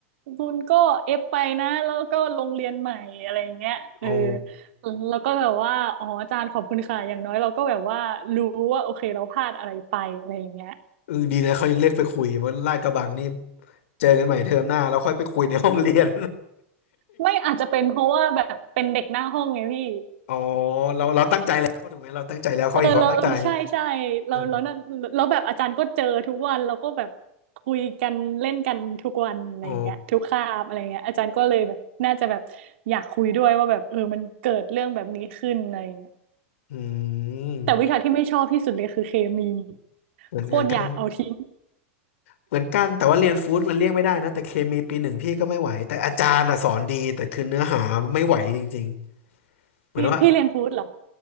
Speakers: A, on the right; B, on the left.
A: คุณก็เอฟไปนะแล้วก็ลงเรียนใหม่อะไรอย่างเงี้ยเออ
B: โอ้
A: แล้วก็แบบว่าอ๋ออาจารย์ขอบคุณค่ะอย่างน้อยเราก็แบบว่ารู้ว่าโอเคเราพลาดอะไรไปอะไรอย่างเงี้ย
B: เออดีนะเขายังเรียกไปคุยว่าลาดกระบังนี่เจอกันใหม่เทอมหน้าเราค่อยไปคุยในห้องเรียน
A: ไม่อาจจะเป็นเพราะว่าแบบเป็นเด็กหน้าห้องไงพี่
B: <laughs> อ๋อเราเราตั้งใจแล้วถูกไหมเราตั้งใจแล้วเขาเห็นความตั้งใจ
A: เออเราเออใช่ใช่เราเรานั่นแแบบอาจารย์ก็เจอทุกวันเราก็แบบคุยกันเล่นกันทุกวันอะไรอย่างเงี้ยทุกคาบอะไรเงี้ยอาจารย์ก็เลยแบบน่าจะแบบอยากคุยด้วยว่าแบบเออมันเกิดเรื่องแบบนี้ขึ้นอะไรอย่างเงี้ย
B: อ่าอ๋ออื
A: แต่วิชาที่ไม่ชอบที่สุดเลยคือเคมี
B: มเหมือนเหมือนกัน
A: โคตรอยากเอาทิ้ง
B: เหมือนกันแต่ว่าเรียนฟู้ดมันเลี่ยงไม่ได้นะแต่เคมีปีหนึ่งพี่ก็ไม่ไหวแต่อาจารย์อ่ะสอนดีแต่คือเนื้อหาไม่ไหวจริงๆเหมือนว่า
A: พี่พี่เรียนฟู้ดเหรอ